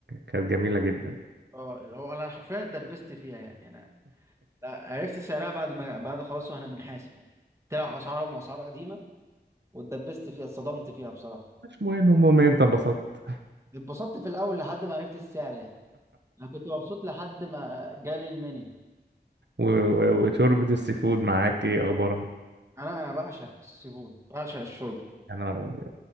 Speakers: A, on the right; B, on the right.
A: كانت جميلة جدا
B: اه اللي هو انا حرفيا اتدبست فيها يعني انا لا، عرفت سعرها بعد ما بعد خلاص واحنا بنحاسب يعني طلع اسعارهم اسعار قديمه واتدبست فيها اتصدمت فيها بصراحه
A: مش مهم المهم إن انت انبسطت
B: اتبسطت في الاول لحد ما عرفت السعر يعني انا كنت مبسوط لحد ما جالي المنيو
A: و... و... وشوربة السي فود معاك ايه اخبارها
B: انا انا بعشق السي فود بعشق الشوربه
A: يا نهار أبيض.